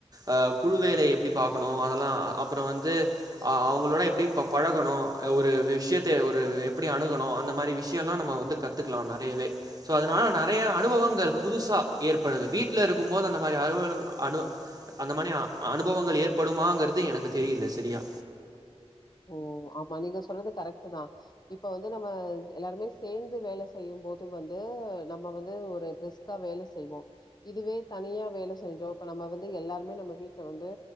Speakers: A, on the right (about 35°); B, on the left (about 40°).
A: அ குழு வேலை எப்டி பாக்கணு அதெல்லா அப்பற வந்து அ அவுங்களோட எப்டி பழகணு ஒரு விஷ்யத்த ஒரு எப்டி அணுகணு அந்த மாரி விஷியல்லா நம்ம வந்து கத்துக்கலா நெறையவே சோ அதனால நெறையா அனுபவங்கள் புதுசா ஏற்படுது வீட்ல இருக்கும் போது அந்த மாரி அலுவல அனு அந்த மானியா அனுபவங்கள் ஏற்படுமாங்கிறது எனக்கு தெரியில செரியா
B: ஓ ஆமா நீங்க சொல்றது கரெட்டு தா இப்ப வந்து நம்ம எல்லாருமே சேந்து வேல செய்யும்போது வந்து நம்ம வந்து ஒரு ப்ரிஸ் க்கா வேல செய்வோ இதுவே தனியா வேல செஞ்சோ இப்ப நம்ம வந்து எல்லாருமே நம்ம வீட்ல வந்து